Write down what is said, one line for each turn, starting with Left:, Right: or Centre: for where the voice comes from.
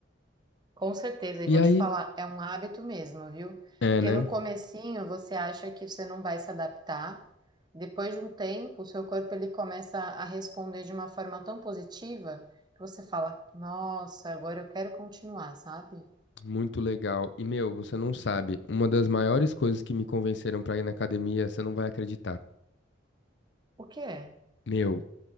Right: Com certeza, e
Left: E
Right: vou
Left: aí,
Right: te falar, é um hábito mesmo, viu?
Left: é,
Right: Porque
Left: né?
Right: no comecinho você acha que você não vai se adaptar, depois de um tempo, o seu corpo ele começa a responder de uma forma tão positiva que você fala: "Nossa, agora eu quero continuar", sabe?
Left: Muito legal. E, meu, você não sabe, uma das maiores coisas que me convenceram pra ir na academia, você não vai acreditar.
Right: O quê?
Left: Meu,